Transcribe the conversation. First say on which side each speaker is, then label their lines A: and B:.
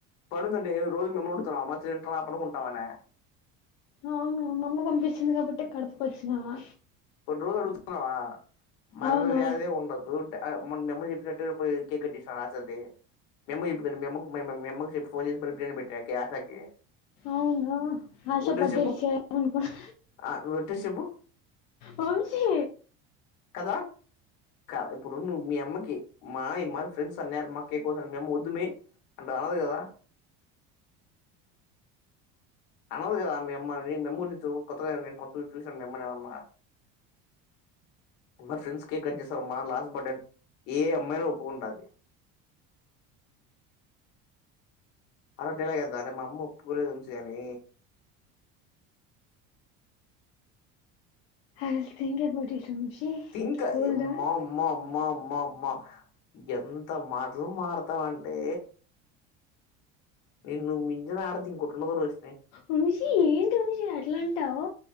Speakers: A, on the left; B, on the left.
A: పనుందండి రోజ్ మిమ్మల్ని అడుగుతమా మ తింటావా పన్డుకుంటామనే
B: అవును మామ్మ పంపించింది కాబట్టే కడుపుకోచ్చినావా
A: పోన్ రోజ్ అడుగుతున్నామా మర్ర్యాధే
B: అవును
A: ఉండదు అ మోన్ మి అమ్మ చెప్పినట్టు పోయ్ కేక్ కట్ చేస్నావా <unintelligible> మి అమ్మక్ చెప్పుకోండి మీ అమ్మక్ మ మీ అమ్మక్ చెప్ప్ ఫోన్ చేసి <unintelligible> ఆశాకి
B: అవును ఆశపడ్డట్టు
A: ఒట్టేస్ చెప్పు
B: చేయను అనుకున్నా
A: అ ఒట్టేస్ చెప్పు
B: వంశీ
A: కదా కా ఇప్పుడు నువ్వ్ మి అమ్మకి మా మరి ఫ్రెండ్స్ అన్నారు మాకే కోస మి అమ్మ వద్దుమే అంటె అనదు గదా అనదు గదా మి అమ్మ అది <unintelligible> కొత్తగా నేను కొ చూసాన మి అమ్మన్ ఏమన్న మరి ఫ్రెండ్స్ కేకట్టేస్తర్ అమ్మ లాస్ట్ బడ్డే అన్ ఏ అమ్మైనా ఒప్పుకుంటాది అలో <unintelligible> మా అమ్మ ఒప్పుకోలేదు ఏం చేయాలి
B: I will think about it Vamshi
A: think
B: cool
A: M
B: down
A: మ్మ మ్మ మ్మ మ్మ మ్మ ఎంత మాటలు మాటడ్తావంటే నిన్ను మించిన ఆడది ఇంకోటి ఉండదు రోషిణి
B: వంశీ ఏంటి వంశీ అట్ల అంటావ్